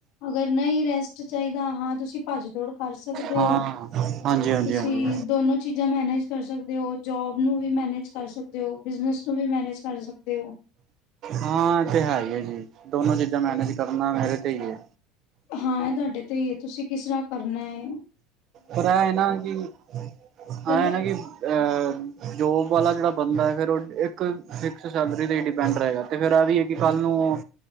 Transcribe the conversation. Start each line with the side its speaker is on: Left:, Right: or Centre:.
Left: ਅਗਰ ਨਹੀਂ ਰੈਸਟ ਚਾਹੀਦਾ ਹਾਂ ਤੁਸੀਂ ਭੱਜ ਦੌੜ ਕਰ ਸਕਦੇ
Right: ਹਾਂਜੀ
Left: ਹੋ
Right: ਹਾਂਜੀ
Left: ਤੁਸੀ
Right: ਹਾਂਜੀ
Left: ਦੋਨੋ ਚੀਜ਼ਾਂ ਮੈਨੇਜ ਕਰ ਸਕਦੇ- ਦੇ ਹੋ ਜੋਬ ਨੂੰ ਵੀ ਮੈਨੇਜ ਕਰ ਸਕਦੇ ਹੋ ਬਿਜਨਸ ਨੂੰ ਵੀ ਮੈਨੇਜ ਕਰ ਸਕਦੇ ਹੋ
Right: ਹਾਂ ਇਹ ਤੇ ਹੈ ਹੀ ਏ ਜੀ ਦੋਨੋ ਚੀਜ਼ਾਂ ਮੈਨੇਜ ਕਰਨਾ ਮੇਰੇ ਤੇ ਹੀ ਏ।
Left: ਹਾਂ ਇਹ ਤੁਹਾਡੇ ਤੇ ਹੀ ਏ, ਤੁਸੀਂ ਕਿਸ ਤਰ੍ਹਾਂ ਕਰਨਾ ਏ।
Right: ਪਰ ਇਹ ਏ ਨਾ ਕਿ ਆਹ
Left: ਬੋਲੋ
Right: ਹੈ ਨਾ ਕਿ ਅਹ- ਜੋਬ ਵਾਲਾ ਜਿਹੜਾ ਬੰਦਾ ਏ, ਫੇਰ ਉਹ ਇੱਕ ਫਿਕਸ ਸੈਲਰੀ ਤੇ ਹੀ ਡਿਪੈਂਡ ਰਹੇਗਾ, ਤੇ ਫੇਰ ਆ ਵੀ ਏ ਕਿ ਕੱਲ੍ਹ ਨੂੰ।